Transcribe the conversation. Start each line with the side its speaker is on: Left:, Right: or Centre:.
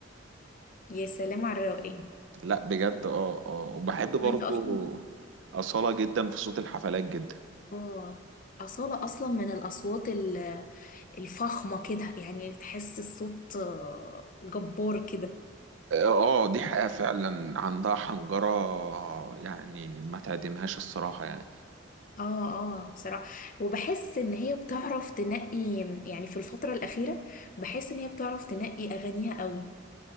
Left: يا سلام على الروقان
Right: لا بجد اه اه وبحب برضو
Left: وانت اصلا
Right: أصالة جدا في صوت الحفلات جدا
Left: اه أصالة أصلا من الأصوات ال- الفخمة كده يعني تحس الصوت آه، جبار كده
Right: اه آه، دي حقيقة فعلا عندها حنجرة يعني ما تعدمهاش الصراحة يعني
Left: اه اه بصراحة وبحس إن هي بتعرف تنقي يعني في الفترة الأخيرة بحس إن هي بتعرف تنقي أغانيها قوي